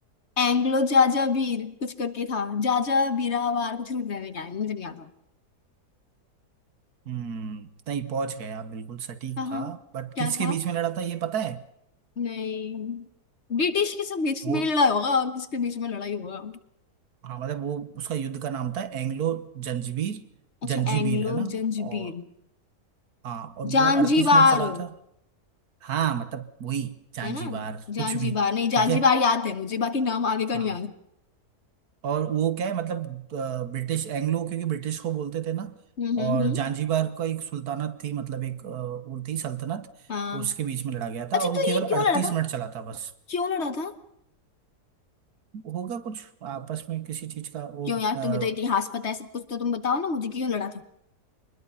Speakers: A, on the left; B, on the right.
A: एंग्लो जाजा वीर कुछ करके था जाजा बीरावार कुछ नहीं क्या है, मुझे नहीं आता
B: हम्म नहीं पहुंच गए आप बिल्कुल सटीक
A: कहाँ
B: था बट
A: क्या
B: किसके
A: था
B: बीच में लड़ा था ये पता है
A: नहीं ब्रिटिश के सब बीच
B: वो
A: में लड़ा होगा और किसके बीच में लड़ाई होगा
B: हाँ मतलब वो उसका युद्ध का नाम था एंग्लो जंजीबीर
A: अच्छा
B: जंजीबीर
A: एंग्लो
B: है ना
A: जंजीबीर
B: और हाँ और वो
A: जांजीबार
B: अड़तीस मिनट चला था हाँ मतलब वही जांजीबार
A: है ना जांजीबार
B: कुछ भी
A: नहीं जांजीबार
B: ठीक है
A: याद है मुझे बाकी नाम आगे का
B: हाँ
A: नहीं याद
B: और वो क्या है मतलब अ, ब्रिटिश एंग्लो क्योंकि ब्रिटिश को बोलते थे ना
A: हम्म हम्म
B: और
A: हम्म
B: जानजीबार का एक सुल्तानत थी मतलब एक अ, वो थी सल्तनत
A: हाँ
B: उसके बीच में लड़ा गया
A: अच्छा
B: था और वो
A: तो
B: केवल
A: ये क्यों
B: अड़तीस
A: लड़ा था
B: मिनट चला था बस
A: क्यों लड़ा था
B: होगा कुछ आपस में किसी चीज का वो
A: क्यों यार
B: अ,
A: तुम्हें तो इतिहास पता है सब कुछ तो तुम बताओ ना मुझे क्यों लड़ा था